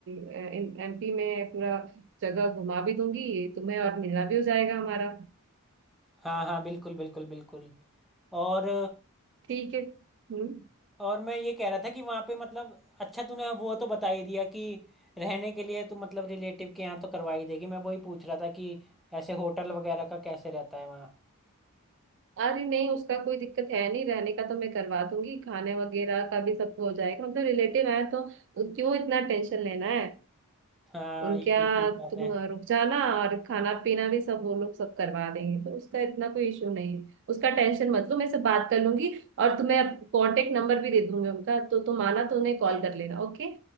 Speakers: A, on the right; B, in the centre.
A: एमपी में पूरा जगह घुमा भी दूंगी तुम्हें और मिलना भी हो जाएगा हमारा
B: हाँ हाँ बिल्कुल बिल्कुल बिल्कुल और
A: ठीक है हम्म
B: और मैं ये कह रहा था कि वहां पे मतलब अच्छा तूने वो तो बता ही दिया कि रहने के लिए तू मतलब रिलेटिव के यहाँ तो करवा ही देगी मैं वही पूछ रहा था कि ऐसे होटल वगैरह का कैसे रहता है वहाँ
A: अरे नहीं उसका कोई दिक्कत है नहीं रहने का तो मैं करवा दूंगी खाने वगैरह का भी सब हो जाएगा मतलब रिलेटिव है तो क्यों इतना टेंशन लेना है
B: हाँ
A: उनके
B: ये
A: यहाँ
B: भी ठीक बात
A: तुम
B: है
A: रुक जाना और खाना पीना भी सब वो लोग सब करवा देंगे तो उसका इतना कोई इशू नहीं है उसका टेंशन मत लो मैं से बात कर लूंगी और तुम्हें कांटेक्ट नंबर भी दे दूंगी उनका तो तुम आना तो उन्हें कॉल कर लेना ओके